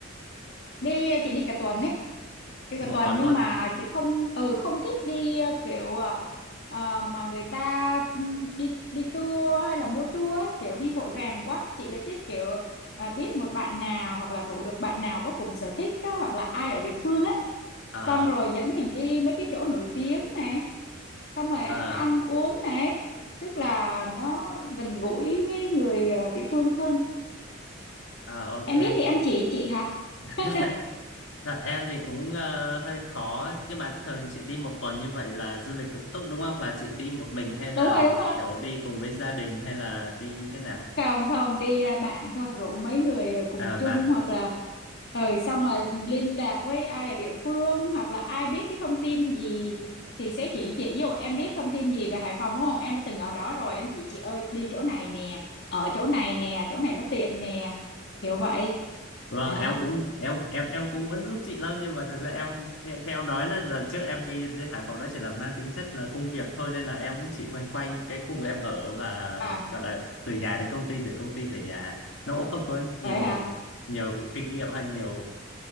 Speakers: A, on the left (about 55°); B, on the left (about 75°).
A: đi chị đi cả tuần ấy, đi
B: đi
A: cả tuần
B: một tuần
A: nhưng
B: luôn
A: mà chị không, ừ không thích đi ờ, kiểu ờ, ờ, mà người ta ừ, đi đi tour hay là mua tour ấy, kiểu đi vội vàng quá. Chị lại thích kiểu ờ, biết một bạn nào hoặc là rủ được bạn nào có cùng sở thích á, hoặc là ai ở địa phương ấy,
B: à
A: xong rồi dẫn mình đi mấy cái chỗ nổi tiếng này xong rồi
B: à
A: ăn uống này tức là nó gần gũi với người ờ, địa phương hơn
B: à ok
A: em biết thì em chỉ chị hả
B: <laughs>
A: <laughs>
B: Dạ, em thì cũng ờ, hơi khó nhưng mà thường chị đi một tuần như vậy là du lịch tự túc đúng không và chị đi một mình hay là
A: đúng rồi đúng rồi
B: kiểu đi cùng với gia đình hay là đi như thế nào
A: còng không đi à, bạn thôi rủ mấy người à, cùng
B: À, bạn
A: chung hoặc là ừ xong rồi liên lạc với ai ở địa phương hoặc là ai biết cái thông tin gì thì sẽ chỉ chị ví dụ em biết thông tin gì về Hải Phòng đúng không em đã từng ở đó rồi em chỉ chị ơi đi chỗ này nè ở chỗ này nè chỗ này nó tiện nè kiểu vậy
B: Vâng,
A: đó
B: em cũng em em em cũng muốn giúp chị lắm nhưng mà thực ra em theo, theo em nói là lần trước em đi, đến Hải Phòng nó chỉ là mang tính chất là công việc thôi nên là em cũng chỉ quanh quanh cái khu vực em ở và
A: à
B: gọi là từ nhà đến công ty từ công ty về nhà nó cũng không có nhiều
A: vậy hả
B: nhiều kinh nghiệm hay nhiều